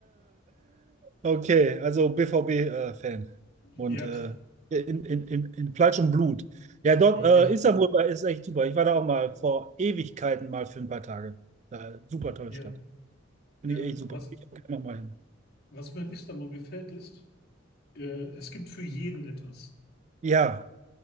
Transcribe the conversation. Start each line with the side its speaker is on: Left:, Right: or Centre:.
Right: Okay, also BVB-Fan.
Left: Ja,
Right: und äh, in, in, in, in Fleisch und Blut. Ja, dort,
Left: ja,
Right: äh, Istanbul war- ist echt super. Ich war da auch mal vor Ewigkeiten mal für ein paar Tage. Da, super tolle
Left: ja.
Right: Stadt. Finde
Left: Ähm,
Right: ich echt super.
Left: was,
Right: Ich auch gerne noch mal hin.
Left: was mir in Istanbul gefällt, ist, äh, es gibt für jeden etwas.
Right: Ja,